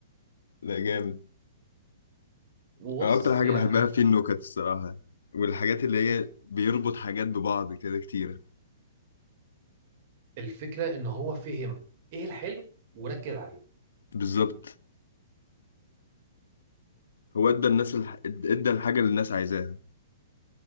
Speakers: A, on the left; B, on the right.
A: لا جامد
B: وبص
A: انا اكتر حاجه
B: يا
A: بحبها فيه النكت الصراحه والحاجات اللي هي بيربط حاجات ببعض كده كتيره
B: الفكره ان هو فهم ايه الحلو وركز عليه
A: بالظبط هو ادى الناس الح... ادى الحاجه اللي الناس عايزاها